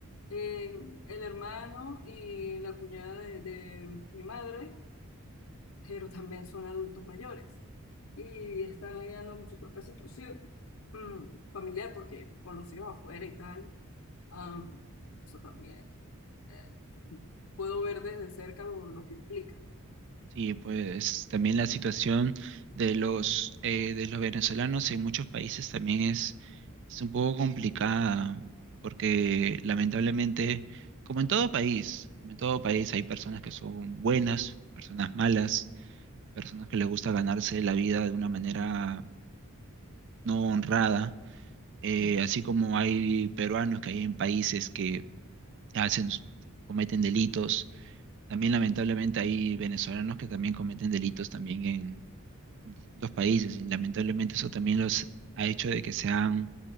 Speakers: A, on the left; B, on the right.
A: eh, el hermano y la cuñada de, de mi madre, pero también son adultos mayores y están lidiando con su propia situación mm, familiar, porque con los hijos afuera y tal, am, eso también eh, <laughs> puedo ver desde cerca lo, lo que implica.
B: Sí, pues también la situación de los, eh, de los venezolanos en muchos países también es Es un poco complicada porque lamentablemente, como en todo país, como en todo país hay personas que son buenas, personas malas, personas que les gusta ganarse la vida de una manera no honrada, eh,
A: Mm,
B: así como hay peruanos que hay en países que hacen, cometen delitos, también lamentablemente hay venezolanos que también cometen delitos también en los países y lamentablemente eso también los ha hecho de que sean